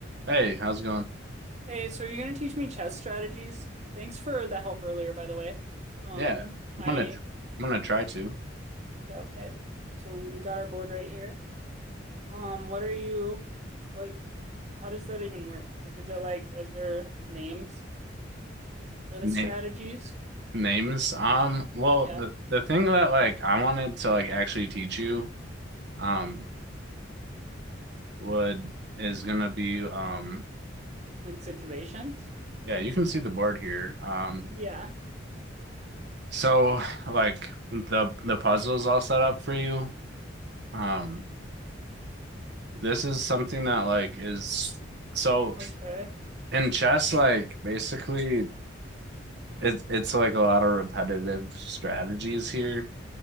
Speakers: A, on the right; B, on the right.
A: Hey, how's it going?
B: Hey, so are you going to teach me chess strategies? Thanks for the help earlier, by the way. Um,
A: Yeah, I'm
B: I,
A: gonna I'm gonna try to
B: okay, okay. So we got our board right here. Um, what are you, like, how does that even work? Like, is it like, is there names for the
A: name
B: strategies?
A: names. Um, well,
B: Yeah,
A: the the thing that like I wanted to like actually teach you um would is gonna be um
B: like situations?
A: yeah, you can see the board here. Um,
B: Yeah,
A: so <laughs> like the the puzzle's all set up for you. Um, this is something that like is so
B: okay,
A: in chess like basically it's it's like a lot of repetitive strategies here.